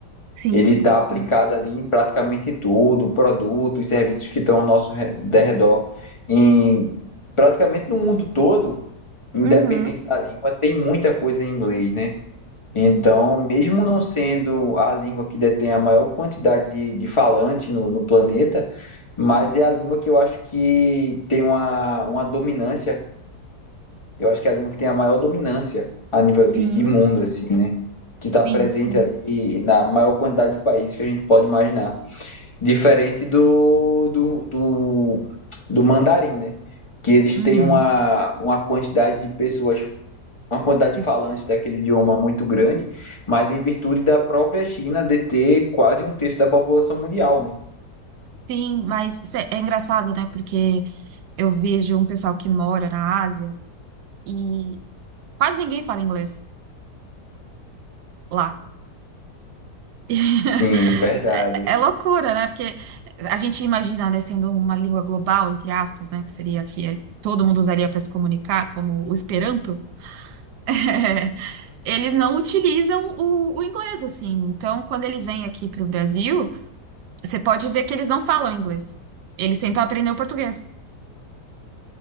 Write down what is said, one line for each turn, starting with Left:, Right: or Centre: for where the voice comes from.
Right: Sim,
Left: Ele está
Right: sim.
Left: aplicado ali em praticamente tudo, produtos, e serviços que estão ao nosso re- derredor, em praticamente no mundo todo, independente
Right: Uhum,
Left: da língua, tem muita coisa em inglês, né?
Right: sim,
Left: Então, mesmo não sendo a língua que detém a maior quantidade de, de falantes no, no planeta, mas é a língua que eu acho que tem uma, uma dominância. Eu acho que é a língua que tem a maior dominância a nível
Right: sim,
Left: de, de mundo, assim, né? Que está
Right: sim,
Left: presente
Right: sim.
Left: ali na maior quantidade de países que a gente pode imaginar. Diferente do, do, do, do mandarim, né? Que eles
Right: Uhum.
Left: têm uma, uma quantidade de pessoas uma quantidade
Right: Que
Left: de falantes daquele idioma muito grande, mas em virtude da própria China deter quase um terço da população mundial, né?
Right: Sim, mas cê- é engraçado, né? Porque eu vejo um pessoal que mora na Ásia e quase ninguém fala inglês lá. <laughs>
Left: Sim, verdade.
Right: É, é loucura, né? Porque a gente imagina, né, sendo uma língua global, entre aspas, né? Que seria que é, todo mundo usaria para se comunicar, como o Esperanto. <laughs> Eles não utilizam o, o inglês, assim. Então, quando eles vêm aqui para o Brasil, você pode ver que eles não falam inglês. Eles tentam aprender o português.